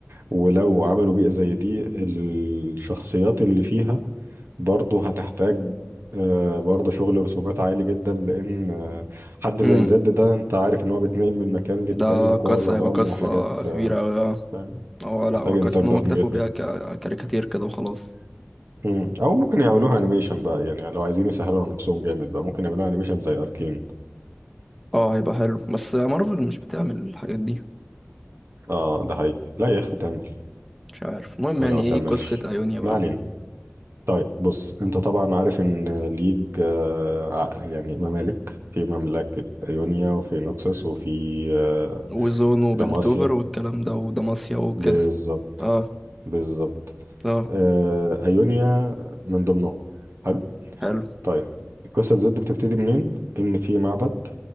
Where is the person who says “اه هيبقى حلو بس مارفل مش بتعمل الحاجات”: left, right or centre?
Centre